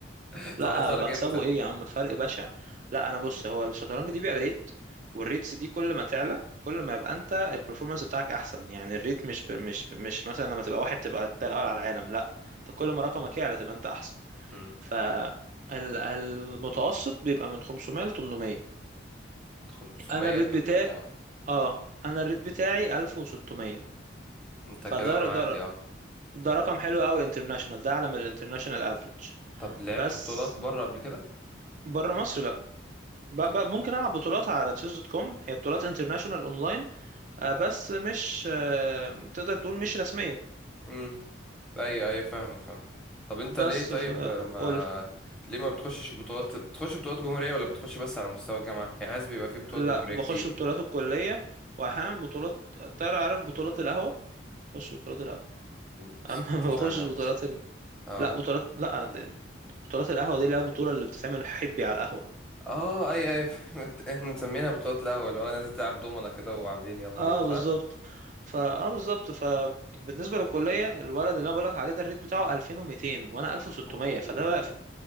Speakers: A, in the centre; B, on the right (about 40°).
A: <laughs>
B: لا
A: طب هيتخرج
B: بكسبه
A: إمتى؟
B: ايه يا عم فرق بشع لا انا بص هو الشطرنج دي بيبقى ريت والريتس دي كل ما تعلى كل ما يبقى انت البرفورمانس بتاعك احسن يعني الريت مش ب- مش مش مثلا لما تبقى واحد تبقى انت الاول على العالم لا انت كل ما رقمك يعلى تبقى انت احسن
A: امم
B: ف ال- المتوسط بيبقى من 500 ل 800
A: 500
B: انا الريت بتاعي
A: اه
B: اه انا الريت بتاعي 1600
A: أنت
B: فده
A: كده معدي
B: ده,
A: اه
B: ده رقم حلو قوي انترناشونال ده اعلى من الانترناشونال افريج
A: طب لعبت
B: بس
A: بطولات بره قبل كده؟
B: بره مصر لا ب-
A: طب
B: ب- ممكن العب بطولات على تشيز دوت كوم هي بطولات انترناشونال اونلاين آه، بس مش آه، تقدر تقول مش رسميه
A: امم أيوه أيوه فاهمك فاهم طب أنت
B: بس
A: ليه طيب
B: فقول
A: آه، ما ليه ما بتخشش بطولات بتخش بطولات جمهورية ولا بتخش بس على مستوى الجامعة؟ يعني عايز بيبقى في بطولات
B: لا
A: جمهورية
B: بخش
A: كتير
B: بطولات الكليه واحيانا بطولات تعرف بطولات القهوه بخش بطولات القهوه
A: بس
B: <laughs> اما
A: سمعتش
B: ما بخشش
A: عنها
B: بطولات
A: بس اه
B: لا بطولات لا ده- بطولات القهوة دي اللي هي البطولة اللي بتتعمل حبي على القهوة
A: اه اي اي فهمت. <laughs> احنا مسمينها بطولات القهوة اللي هو نازل تلعب دومنا كده وعاملين يلا
B: اه
A: بينا صح؟
B: بالظبط فا اه بالظبط فبالنسبة للكلية الولد اللي انا بقولك عليه ده الريت بتاعه 2200 وانا 1600
A: اوه
B: فده بقى